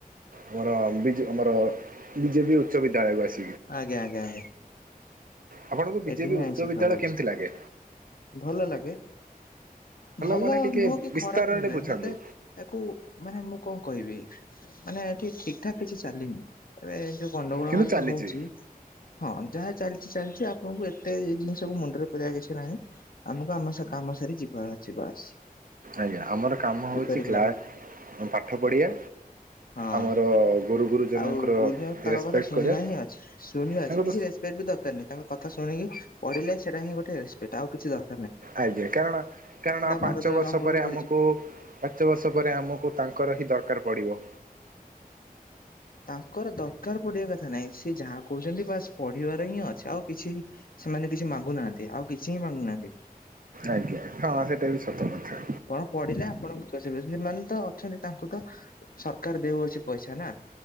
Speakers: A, on the right; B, on the left.
A: ମୋର ବିଜୁ ମୋ ବି ଜେ ବିି ଉଚ୍ଚ ବିଦ୍ୟାଳୟକୁ ଆସି
B: ଆଜ୍ଞା-ଆଜ୍ଞା-ଆଜ୍ଞା।
A: ଆପଣଙ୍କୁ ବିଜେପି
B: ଏଠି ହିଁ
A: ଉଚ୍ଚ
B: ଆଇଁଷ
A: ବିଦ୍ୟାଳୟ
B: ଖାଉ ଅଛି
A: କେମିତି ଲାଗେ
B: ଭଲ ଲାଗେ। <inaudible> ଭଲ
A: ମାନେ ଟିକେ
B: ନୁହଁ କି
A: ବିସ୍ତାରରେ
B: ଖରାପ ନୁହେଁ
A: ବୁଝାନ୍ତୁ
B: ମତେ ଏହାକୁ ମାନେ ମୁଁ କଣ କହିବି ମାନେ ଏଠି ଠିକଠାକ୍ କିଛି ଚାଲିନି ଏବେ ଯୋଉ ଗଣ୍ଡଗୋଳ
A: କିନ୍ତୁ
B: ହେରିକା
A: ଚାଲିଛି
B: ହଉ ଛି ହଁ ଯାହା ଚାଲିଛି ଚାଲିଛି ଆ <inaudible> ଏତେ ଜିନିଷକୁ ମୁଣ୍ଡରେ ପୁରେଇବା କିଛି ନାହିଁ ଆମକୁ ଆମ କାମ ସାରି ଯିବାର ଅଛି ବାସ୍।
A: ଆଜ୍ଞା ଆମର କାମ ହଉଛି
B: କିପରି
A: କ୍ଲାସ
B: ଭାବେ
A: ପାଠ ପଢ଼ିବା
B: ହଁ
A: ଆମର ଗୁରୁ ଗୁରୁଜନଙ୍କର
B: ଆଉ ଗୁରୁଜନ ତାଙ୍କ
A: ରେସପେକ୍ଟ
B: କଥା ଶୁଣିବା
A: କରିବା
B: ହିଁ ଅଛି ଶୁଣିବା
A: ତାଙ୍କର
B: ଅଛି କିଛି
A: ତ
B: ରେସପେକ୍ଟ୍ ବି ଦରକାର ନାହିଁ ତାଙ୍କ କଥା ଶୁଣିକି ପଢିଲେ ସେଟା ହିଁ ଗୋଟେ ରେସପେକ୍ଟ ଆଉ କିଛି ଦର
A: ଆଜ୍ଞା କାରଣ କାରଣ ପାଞ୍ଚ
B: ପାଦ ତଳେ
A: ବର୍ଷ
B: ଲମ୍ବ
A: ପରେ
B: ହେଇ ପଡିଯିବେ।
A: ଆମକୁ ପାଞ୍ଚ ବର୍ଷ ପରେ ଆମକୁ ତାଙ୍କର ହିଁ ଦରକାର ପଡିବ।
B: ତାଙ୍କର ଦରକାର ପଡିବା କଥା ନାଇଁ ସେ ଯାହା କହୁଛନ୍ତି ବାସ୍ ପଢିବାର ହିଁ ଅଛି ଆଉ କିଛି ସେମାନେ କିଛି ମାଗୁନାହାନ୍ତି ଆଉ କିଛି ହିଁ ମାଗୁନାହାନ୍ତି।
A: ଆଜ୍ଞା, ହଁ ସେଇଟା ବି ସତ କଥା।
B: ଆପଣ ପଢ଼ିଲେ ଆପଣଙ୍କ ସେମାନେ ତ ଅଛନ୍ତି ତାଙ୍କୁ ତ ସରକାର ଦେଉଅଛି ପଇସା ନା